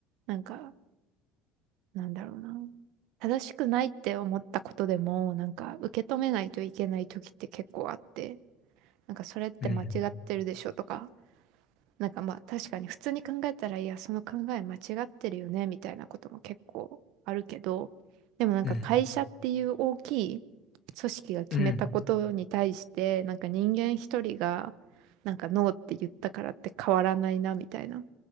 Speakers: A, on the right; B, on the left.
A: なんかなんだろうな。正しくないって思ったことでも、なんか受け止めないといけない時って結構あって、なんかそれって間違ってるでしょとか、
B: うん。
A: なんかまあ確かに普通に考えたら、いや、その考え間違ってるよね、みたいなことも結構あるけど、でもなんか会社っていう大きい
B: うん。
A: 組織が決めたことに対して、
B: うん。
A: なんか人間一人が、なんかノーって言ったからって変わらないな、みたいな